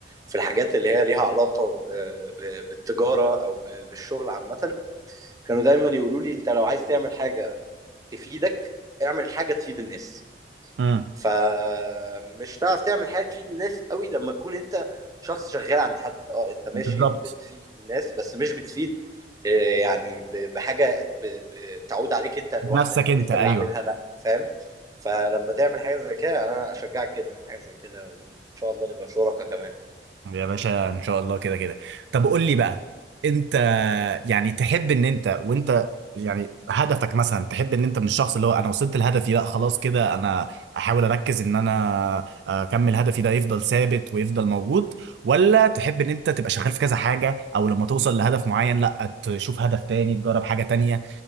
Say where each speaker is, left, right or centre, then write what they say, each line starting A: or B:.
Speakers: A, on the right; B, on the right.
A: في الحاجات اللي هي ليها علاقه ب- ب- بالتجاره او ب- بالشغل عامه كانوا دايما يقولوا لي انت لو عايز تعمل حاجه تفيدك اعمل حاجه تفيد الناس
B: امم
A: فمش هتعرف تعمل حاجه تفيد الناس قوي لما تكون انت شخص شغال عند حد اه انت ماشي
B: بالظبط
A: بتفيد الناس بس مش بتفيد آه، يعني ب- بحاجه ب- بتعود عليك انت لوحدك
B: بنفسك
A: او
B: انت
A: انت
B: ايوه
A: اللي عاملها لا فاهم فلما تعمل حاجه زي كده انا اشجعك جدا في حاجه زي كده وان شاء الله نبقى شركاء كمان
B: يا باشا ان شاء الله كده كده طب قول لي بقى انت يعني تحب ان انت وانت يعني هدفك مثلا تحب ان انت من الشخص اللي هو انا وصلت لهدفي لا خلاص كده انا احاول اركز ان انا اكمل هدفي ده يفضل ثابت ويفضل موجود ولا تحب ان انت تبقى شغال في كذا حاجة او لما توصل لهدف معين لا تشوف هدف تاني تجرب حاجة تانية